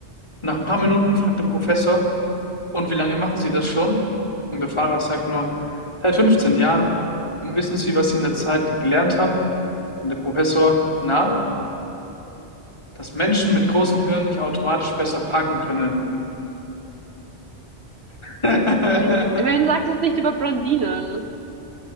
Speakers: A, on the left; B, on the right.
A: Nach ein paar Minuten fragt der Professor, Und wie lange machen Sie das schon? Und der Fahrer sagt nur, seit 15 Jahren. Und wissen Sie, was ich in der Zeit gelernt habe? Und der Professor, na, dass Menschen mit großen Hirnen nicht automatisch besser parken können. <laughs>
B: Immerhin, immerhin sagst du es nicht über Blondinen.